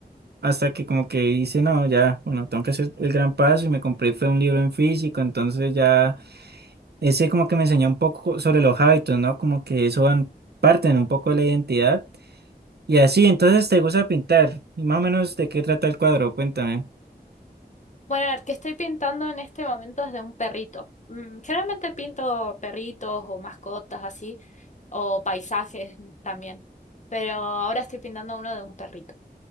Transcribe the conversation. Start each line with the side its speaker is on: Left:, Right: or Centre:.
Right: Hasta que como que hice, no, ya, bueno, tengo que hacer el gran paso y me compré, fue un libro en físico, entonces ya, ese como que me enseñó un poco sobre los hábitos, ¿no? Como que eso van, parten un poco de la identidad. Y así, entonces te gusta pintar. Y más o menos de qué trata el cuadro, cuéntame.
Left: Bueno, el que estoy pintando en este momento es de un perrito. Mm, generalmente pinto perritos o mascotas así, o paisajes también, pero ahora estoy pintando uno de un perrito,